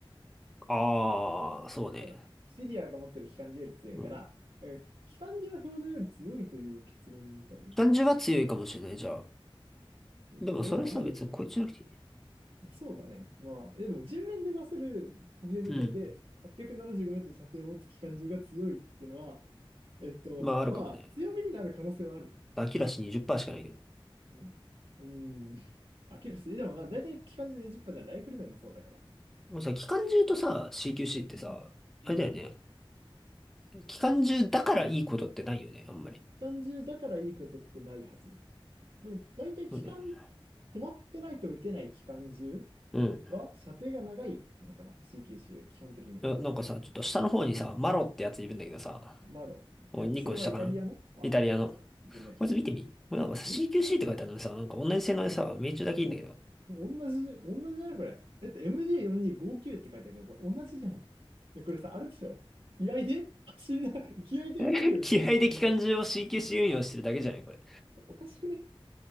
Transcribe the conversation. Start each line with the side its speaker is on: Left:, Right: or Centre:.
Centre: ああ、そうね。
Right: そうだね。シリアが持ってる機関銃より強いから、
Centre: うん。
Right: えー機関銃は標準より強いという結論に至る。
Centre: 機関銃は強いかもしれない、じゃあ。
Right: えっと、
Centre: でもそれさ、
Right: アメリカ、
Centre: 別にこいつじゃなくていいね
Right: まあそうだね。まあ、いやでも人面で出せる歩兵部隊で
Centre: うん。
Right: 875m 射程を持つ機関銃が強いっていうのは、えっと、
Centre: まあ、あるかもね。
Right: まあ、強みになる可能性はある。
Centre: アキラシ20%しかないけど。
Right: うん。うん。飽きるし、でもまあ、大体機関銃で20%じゅっパーセントじゃんライフル面もそうだから。
Centre: もうさ、期間中とさ、CQC
Right: うん。
Centre: ってさ、
Right: うんうん。
Centre: あれだよね。
Right: 機
Centre: 期間中だからいいことってないよね、あんまり。
Right: 関銃だからいいことってないはず。でも、大体機関、
Centre: うん。
Right: 止まってないと撃てない機関銃
Centre: うん。
Right: は、射程が長いのかな ?CQC より基本的に。
Centre: な、なんかさ、ちょっと下の方にさ、マロってやついるんだけどさ、
Right: マロ。
Centre: もう2個下かなイタリアの。
Right: えっと、それはイタリアのああ、本当だ。いるね。
Centre: こいつ見てみ。もうなんかさ、
Right: え
Centre: CQC って書いてあるのにさ、なんか同じ性能でさ、命中だけいいんだけど。
Right: おん、同じ、同じだね、これ。だって MJ4259 って書いてあるけど、これ同じじゃん。え、これさ、あれでしょ気合で走りな、<laughs> 気合で打てるようにしたら走りながら。
Centre: <laughs> 気合で期間中を CQC 運用してるだけじゃないこれ。
Right: おかしくね